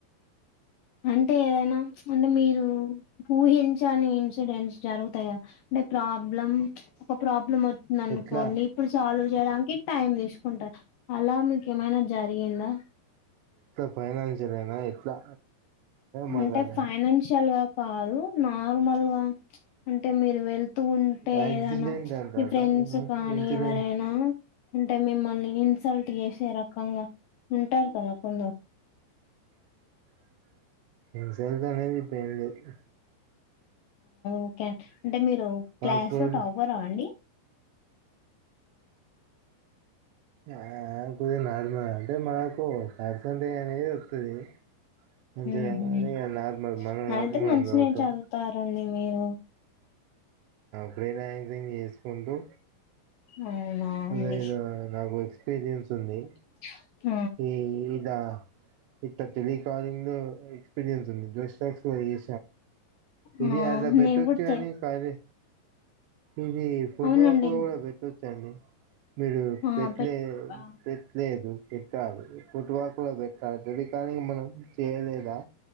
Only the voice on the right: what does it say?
<inaudible>
ఎట్లా
ఇట్లా ఫైనాన్షియల్ అయినా ఎట్లా మాకు
అర్థం
యాక్సిడెంట్
అంటారా
ఏమంటారు
ఇన్సిడెంట్
ఇ <inaudible> ఇన్సిడెంట్స్ అనేవి ఏం లేవు
పాస్పోర్ట్
ఆ ఎప్పుడు నార్మల్ అంటే మనకు పర్సంటేజ్ అనేది వస్తాది. మంచిదే
అదేగా నార్మల్ మనం
వరకు మనం
చదువుతాం
బ్రెనైసింగ్ చేసుకుంటూ
అదే ఇదో నాకు ఎక్స్పీరియన్స్ ఉంది.
ఏ ఇదా ఇట్ టెలి కాలింగ్ ఎక్స్పీరియన్స్ ఉంది జుస్టాక్స్ లో ఏ ఇది
అలా పెట్టొచ్చు
కానీ
కాలే ఇది ఫోటో
కూడా పెట్టొచ్చు అండి. మీరు
పెట్లే
పెట్లేదు తావికు ఫుట్‌వర్క్ లో పెట్టా టెలికాలింగ్ మనం చేయలేదా